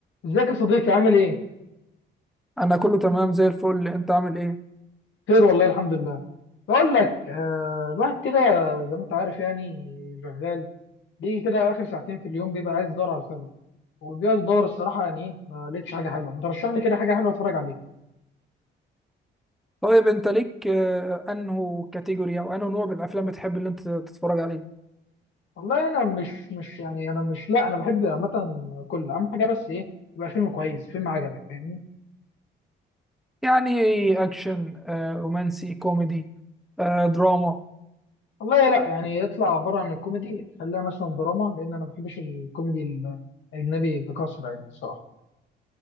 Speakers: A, on the left (about 70°); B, in the centre.
A: ازيك يا صديقي عامل ايه؟
B: انا كله تمام زي الفل انت عامل ايه
A: خير والله الحمد لله بقول لك آه الواحد كده زي ما انت عارف يعني شغال بيجي كده اخر ساعتين في اليوم بيبقى عايز يدور على فيلم وبيقعد يدور الصراحه يعني ايه ما لقيتش حاجه حلوه ما ترشح لي كده حاجه حلوه اتفرج عليها
B: طيب انت ليك آه، انه كاتيجوري او انه نوع من الافلام بتحب اللي انت تتفرج عليه
A: والله انا مش مش يعني انا مش لا انا بحب عامه كل اهم حاجه بس ايه يبقى الفيلم كويس فيلم عجبك فاهمني
B: يعني اكشن آه، رومانسي كوميدي آه، دراما
A: والله لا يعني اطلع بره عن الكوميدي خليها مثلا دراما لان انا ما بحبش الكوميدي ال- الاجنبي بكثره يعني الصراحه